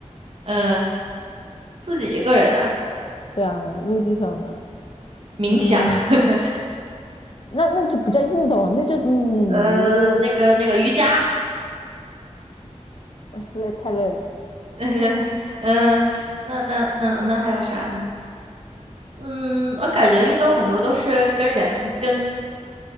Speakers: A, on the right; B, on the left.
A: 嗯、自己一个人啊，
B: 对啊，陆地上的，
A: 冥想，
B: 嗯，
A: <laughs>
B: 那那就不叫运动啊，那就你
A: 呃，
B: 你
A: 那个那个瑜伽，
B: 累太累了，
A: <laughs> 嗯、那那那那还有啥呢？嗯，我感觉运动很多都是跟人跟